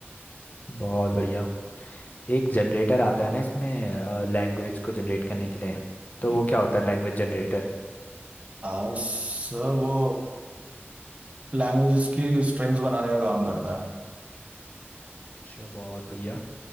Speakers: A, on the left (about 40°); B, on the right (about 30°).
A: बहुत बढ़िया एक जनरेटर आता है ना इसमें लैंग्वेज को जनरेट करने के लिए तो
B: जी
A: वो क्या होता है लैंग्वेज जनरेटर
B: आ, सर वो लैंग्वेजेस की स्ट्रिंग्स बनाने का काम करता है
A: अच्छा बहुत बढ़िया